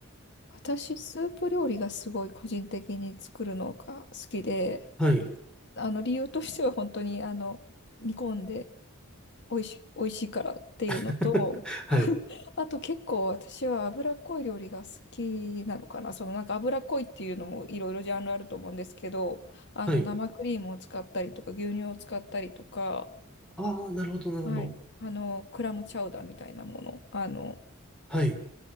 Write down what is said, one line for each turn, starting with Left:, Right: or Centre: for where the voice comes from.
Left: 私、スープ料理がすごい個人的に作るのが好きで、
Centre: はい、
Left: あの理由としては本当にあの煮込んで美味し、美味しいからっていうのと、
Centre: <laughs> はい、
Left: <laughs> あと結構私は脂っこい料理が好きなのかな。そのなんか脂っこいっていうのもいろいろジャンルあると思うんですけど、あの生クリームを使ったりとか牛乳を使ったりとか、
Centre: はい。ああ、なるほど、なるほど。
Left: はい、あのクラムチャウダーみたいなもの、あの
Centre: はい、